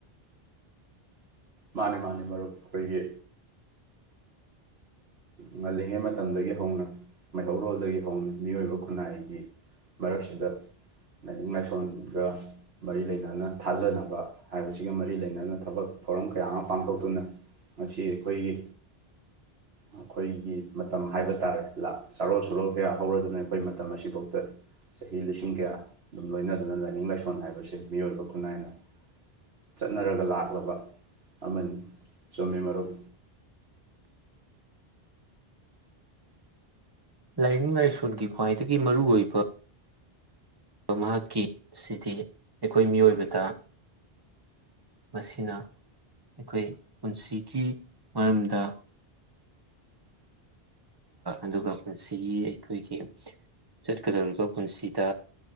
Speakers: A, on the right; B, on the right.
A: ꯃꯥꯅꯦ ꯃꯥꯅꯦ ꯃꯔꯨꯞ ꯑꯩꯈꯣꯏꯒꯤ ꯉꯜꯂꯤꯉꯩ ꯃꯇꯝꯗꯒꯤ ꯍꯧꯅ ꯃꯩꯍꯧꯔꯣꯜꯗꯒꯤ ꯍꯧꯅ ꯃꯤꯑꯣꯏꯕ ꯈꯨꯟꯅꯥꯏꯒꯤ ꯃꯔꯛꯁꯤꯗ ꯂꯥꯏꯅꯤꯡ ꯂꯥꯏꯁꯣꯟꯒ ꯃꯔꯤ ꯂꯩꯅꯅ ꯊꯥꯖꯅꯕ ꯍꯥꯏꯕꯁꯤꯒ ꯃꯔꯤ ꯂꯩꯅꯅ ꯍꯥꯏꯅ ꯊꯕꯛ ꯊꯧꯔꯝ ꯀꯌꯥ ꯑꯃ ꯄꯥꯡꯊꯣꯛꯇꯨꯅ ꯃꯁꯤ ꯑꯩꯈꯣꯏꯒꯤ ꯑꯩꯈꯣꯏꯒꯤ ꯃꯇꯝ ꯍꯥꯏꯕ ꯇꯥꯔꯦ ꯆꯥꯔꯣꯜ ꯁꯨꯔꯣꯜ ꯀꯌꯥ ꯍꯧꯔꯗꯨꯅ ꯑꯩꯈꯣꯏ ꯃꯇꯝ ꯑꯁꯤꯐꯥꯎꯗ ꯆꯍꯤ ꯂꯤꯁꯤꯡ ꯀꯌꯥ ꯑꯗꯨꯝ ꯂꯣꯏꯅꯗꯨꯅ ꯂꯥꯏꯅꯤꯡ ꯂꯥꯏꯁꯣꯟ ꯍꯥꯏꯕꯁꯦ ꯃꯤꯑꯣꯏꯕ ꯈꯨꯟꯅꯥꯏꯅ ꯆꯠꯅꯔꯒ ꯂꯥꯛꯂꯕ ꯑꯃꯅꯤ ꯆꯨꯝꯃꯤ ꯃꯔꯨꯞ
B: ꯂꯥꯏꯅꯤꯡ ꯂꯥꯏꯁꯣꯟꯒꯤ ꯈ꯭ꯋꯥꯏꯗꯒꯤ ꯃꯔꯨꯑꯣꯏꯕ ꯃꯍꯥꯛꯀꯤ ꯁꯤꯗꯤ ꯑꯩꯈꯣꯏ ꯃꯤꯑꯣꯏꯕꯗ ꯃꯁꯤꯅ ꯑꯩꯈꯣꯏ ꯄꯨꯟꯁꯤꯒꯤ ꯃꯔꯝꯗ ꯑꯗꯨꯒ ꯄꯨꯟꯁꯤꯒꯤ ꯑꯩꯈꯣꯏꯒꯤ ꯆꯠꯀꯗꯧꯔꯤꯕ ꯄꯨꯟꯁꯤꯗ